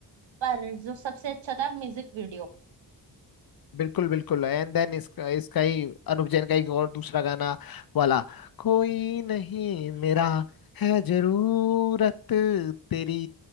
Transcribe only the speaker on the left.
बिल्कुल बिल्कुल एंड देन इसका इसका ही अनुप जैन का एक और दूसरा गाना वाला कोई नहीं मेरा है जरूरत तेरी